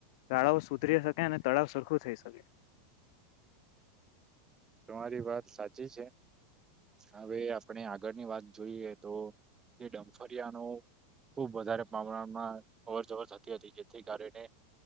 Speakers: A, on the left; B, on the right.
A: ગાળાઓ સુધરી શકે, અને તળાવ સરખું થઈ શકે.
B: તમારી વાત સાચી છે. હવે આપણે આગળની વાત જોઈએ, તો જે ડમફરિયા નો ખુબ વધારે પ્રમાણમાં અવર જવર થતી હતી જેથી કારને